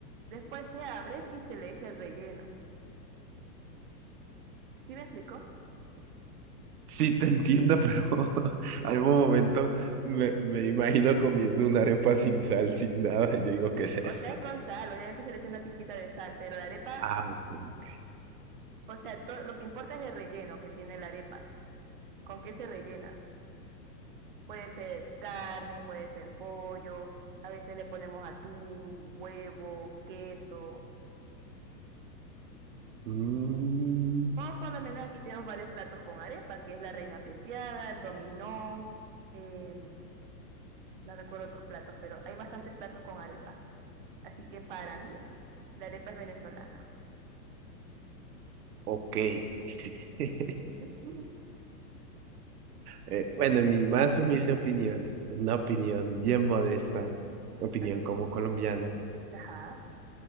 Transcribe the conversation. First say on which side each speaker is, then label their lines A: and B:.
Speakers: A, on the right; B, on the right.
A: Después se abre y se le echa el relleno. ¿Sí me explico?
B: Sí, te entiendo, pero <laughs> algún momento me, me imagino comiendo una arepa sin sal, sin nada, y yo digo, ¿qué es esto?
A: O sea, es con sal, obviamente se le echa una pizquita de sal, pero la arepa,
B: Ah, ok.
A: o sea, to- lo que importa es el relleno que tiene la arepa. ¿Con qué se rellena? Puede ser carne, puede ser pollo, a veces le ponemos atún, huevo, queso.
B: Mm,
A: O por lo menos aquí tenemos varios platos con arepa, que es la reina pepiada, el dominó, em, no recuerdo otros platos, pero hay bastantes platos con arepa. Así que para mí, la arepa es venezolana.
B: ok.
A: <laughs>
B: <laughs> Eh, bueno, en mi más humilde opinión, una opinión bien modesta, opinión
A: Ok,
B: como colombiano.
A: ajá,